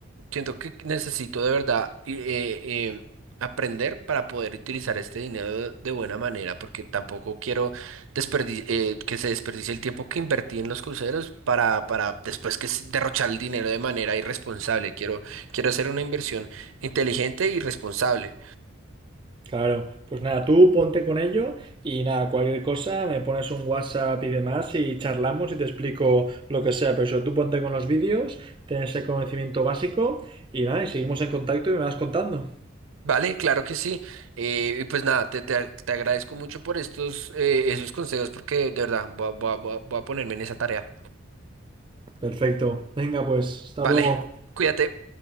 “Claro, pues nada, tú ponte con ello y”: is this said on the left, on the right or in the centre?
Right